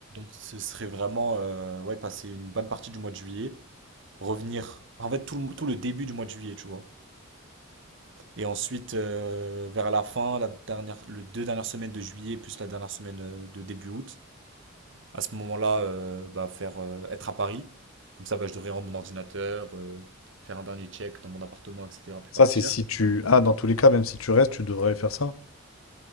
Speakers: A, on the right; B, on the left.
A: Ce serait vraiment, euh, ouais, passer une bonne partie du mois de juillet, revenir, en fait, tout le, tout le début du mois de juillet, tu vois. Et ensuite, euh, vers la fin, la dernière, le deux dernières semaines de juillet, plus la dernière semaine euh, de début août. À ce moment-là, euh, bah, faire, euh, être à Paris. Comme ça, bah, je devrais rendre mon ordinateur, euh, faire un dernier check dans mon appartement, etc., puis
B: Ça,
A: partir.
B: c'est si tu. Ah, dans tous les cas, même si tu restes, tu devrais faire ça.